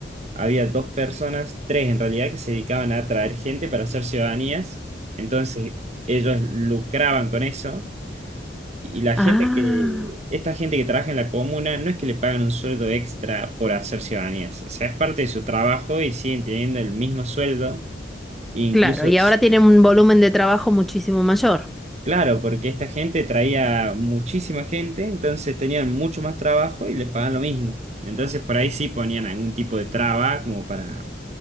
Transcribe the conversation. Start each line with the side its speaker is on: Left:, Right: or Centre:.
Right: había dos personas, tres en realidad, que se dedicaban a traer gente para hacer ciudadanías, entonces ellos lucraban con eso. Y la
Centre: Ah,
Right: gente que, esta gente que trabaja en la comuna, no es que le pagan un sueldo extra por hacer ciudadanías, o sea, es parte de su trabajo y siguen teniendo el mismo sueldo, e incluso,
Centre: claro, y
Right: si-
Centre: ahora tienen un volumen de trabajo muchísimo mayor.
Right: claro, porque esta gente traía muchísima gente, entonces tenían mucho más trabajo y les pagan lo mismo. Entonces por ahí sí ponían algún tipo de traba como para,